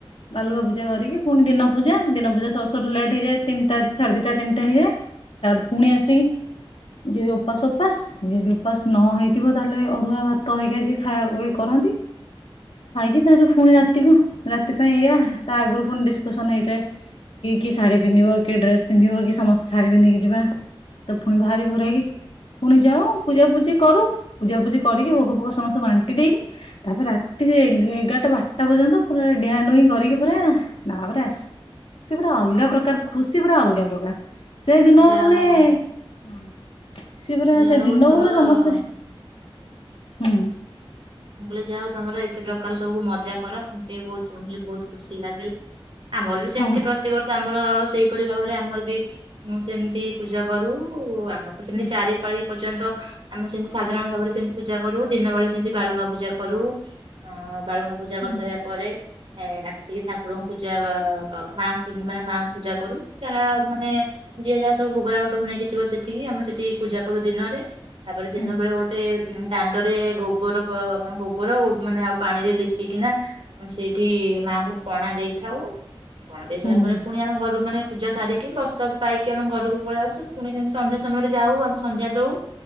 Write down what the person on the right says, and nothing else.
ଯାହା
ହଉ
ଯାହା
ହଉ
ତମର
ମୁଁ କହିଲି ଯା ହଉ ତମର ଏତେ ପ୍ରକାର ସବୁ ମଜା କର ମତେ ବି ବହୁତ ଶୁଣିଲି ବହୁତ ଖୁସି ଲାଗିଲା ଆମର ବି ସେମିତି
ପ୍ରତିବର୍ଷ ଆମର ସେଇ କିପରି ଭାବରେ ଆମର ବି ସେମିତି ପୂଜା କରୁ ମୋତେ ସେମିତି
ଚାରି ପାଳି ପର୍ଯ୍ୟନ୍ତ ଆମେ ସେମତି ସାଧାରଣ ସବୁବେଳେ ସେମତି ପୂଜା କରୁ ଦିନ ବେଳେ ସେମତି ବାଳୁଗାଁ ପୂଜା କରୁ ଅଁ, ବାଳୁଗାଁ ପୂଜା
କରିସାରିବା ପରେ ଏ ଆସି ଠାକୁରଙ୍କୁ ପୂଜା ଅ, କ-ମାଙ୍କୁ ମାନେ ମାଙ୍କୁ ପୂଜା କରୁ। ଯାହା ମାନେ ଯିଏ ଯାହା ସବୁ ଭୋଗରାଗ ସବୁ ନେଇକି ଯିବ ସେଠିକି ଆମେ ସେଠି ପୂଜା କରୁ ଦିନରେ ତାପରେ ଦିନେବେଳେ
ଗୋଟେ ଉଁ, ଦା ରେ ଗୋବର ଗ- <inaudible> ଗୋବର ଓ ମାନେ ଆଉ ପାଣିରେ ଲିପିକିନା <unintelligible> ସେଇଠି ମାଙ୍କୁ ପଣା ଦେଇଥାଉ। ପଣା ଦେଇ ସାରିଲା
ପରେ ପୁଣି ଆମ ଘରୁ ମାନେ ପୂଜା ସାରିକି ପ୍ରସାଦ ପାଇକି ଆମେ ଘରକୁ ପଳେଇ ଆସୁ, ପୁଣି ଯେମତି ସନ୍ଧ୍ୟା ସମୟରେ ଯାଉ ଆମେ ସନ୍ଧ୍ୟା ଦଉ